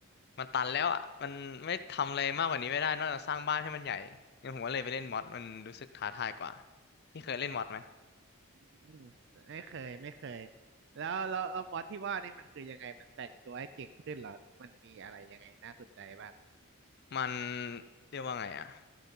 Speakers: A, on the left (about 45°); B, on the right (about 50°).
A: มันตันแล้วอ่ะมันไม่ทำอะไรมากกว่านี้ไม่ได้นอกจากสร้างบ้านให้มันใหญ่งั้นผมก็เลยไปเล่นม็อดมันรู้สึกท้าทายกว่าที่เคยเล่นม็อดไหม
B: อืมไม่เคยไม่เคยแล้วแล้วแล้วมอสที่ว่านี่มันคือยังไงมันแต่งตัวให้เก่งขึ้นเหรอมันมีอะไรยังไงน่าสนใจบ้าง
A: มันเรียกว่าไงอ่ะ